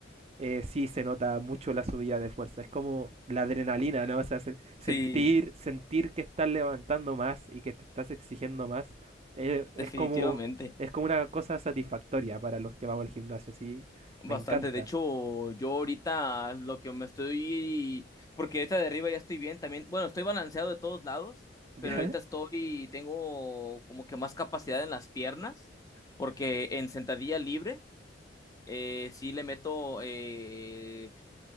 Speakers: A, on the right (about 35°); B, on the left (about 20°).
A: eh, sí se nota mucho la subida de fuerza. Es como la adrenalina, ¿no? O sea, se- sentir,
B: Sí,
A: sentir que estás levantando más y que te estás exigiendo más, eh, es
B: definitivamente.
A: como, es como una cosa satisfactoria para los que vamos al gimnasio, sí,
B: Bastante.
A: me encanta.
B: De hecho, yo ahorita lo que me estoy, porque ahorita de arriba ya estoy bien también. Bueno, estoy balanceado de todos lados,
A: <laughs>
B: pero
A: ¿Ya?
B: ahorita estoy, tengo como que más capacidad en las piernas, porque en sentadilla libre, eh, sí le meto eh,